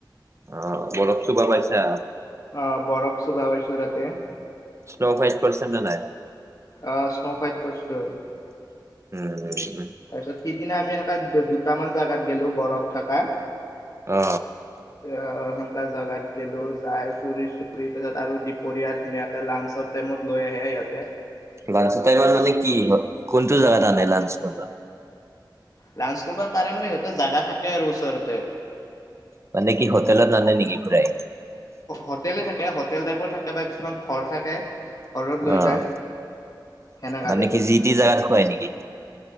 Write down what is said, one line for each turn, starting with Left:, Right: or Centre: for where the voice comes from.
Right: অ বৰফ চুব পাইছা।
Left: অ বৰফ চুব পাইছোঁ তাতে।
Right: চল'হৈ পাৰ্চেণ্ নে নাই।
Left: আহ স্ন' ফাইট কষ্টটো।
Right: উম।
Left: তাৰপিছত সিদিনা আমি এনেকুৱা দুটামান জাগাত গেলো বৰফ থাকা।
Right: অ।
Left: এ সেনকা জেগাত গেলো যায় ফুৰি চুৰি তাৰ পাছত আৰু দুপৰীয়া ধুনীয়াকে লাঞ্চত ৰুমত লৈ আহে ইহঁতে।
Right: লাঞ্চত এবাৰ মানে কি কোনোটো জেগাত আনে লাঞ্চ কৰিব।
Left: লাঞ্চ কৰিব তাৰে মানে সিহঁতৰ জাগা থাকে আৰু ওচৰতে।
Right: মানে কি হোটেলত নানে নেকি ঘুৰাই?
Left: হোটেলে থাকে হোটেল টাইপৰ থাকে বা কিছুমান ঘৰ থাকে। ঘৰত লৈ
Right: অ',
Left: যায় সেনেকা
Right: মানে
Left: টাইপৰ।
Right: কি যি টি জাগাত খুৱাই নেকি?